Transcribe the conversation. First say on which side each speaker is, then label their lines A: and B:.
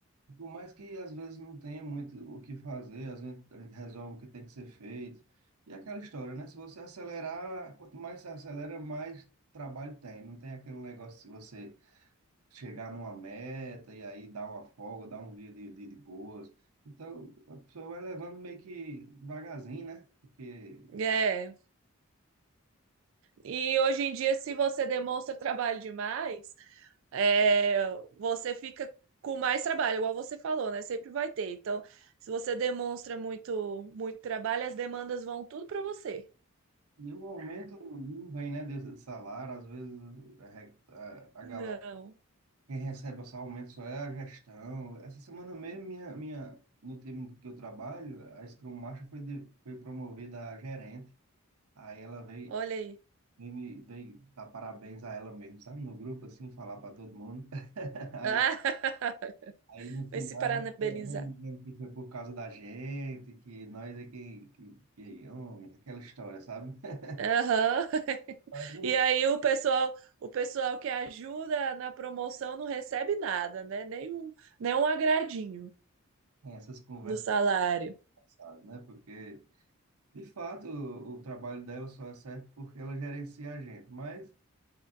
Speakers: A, on the right (about 85°); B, on the right (about 65°).
A: Por mais que às vezes não tenha muito o que fazer, às vezes a gente resolve o que tem que ser feito. E aquela história, né? Se você acelerar, quanto mais você acelera, mais trabalho tem. Não tem aquele negócio de você chegar numa meta e aí dar uma folga, dar um dia de, de, de boas. Então, a pessoa vai levando meio que devagarzinho, né? Porque.
B: É, E hoje em dia, se você demonstra trabalho demais, é, você fica com mais trabalho, igual você falou, né? Sempre vai ter. Então, se você demonstra muito, muito trabalho, as demandas vão tudo para você.
A: E o aumento não vem, né? De de salário, às vezes a, re- a
B: Não,
A: a galera Quem recebe esse aumento só é a gestão. Essa semana mesmo, minha, minha, no time que eu trabalho, a Scrum Master foi, de- foi promovida a gerente. Aí ela veio,
B: olha aí.
A: veio, me- veio dar parabéns a ela mesmo, sabe? No grupo, assim, falar para todo mundo. <laughs> Aí,
B: Ah, <laughs>
A: aí no
B: vai
A: final
B: se parabenizar.
A: ela chorando, dizendo que foi por causa da gente, que nós é que, que, que homem, aquela história, sabe? <laughs>
B: Aham.
A: Mas não
B: E aí o pessoal, o pessoal que ajuda na promoção não recebe nada, né? Nem um, nem um agradinho
A: Tem essas conversas
B: no salário.
A: passadas, né? Porque De fato, o, o trabalho dela só é certo porque ela gerencia a gente, mas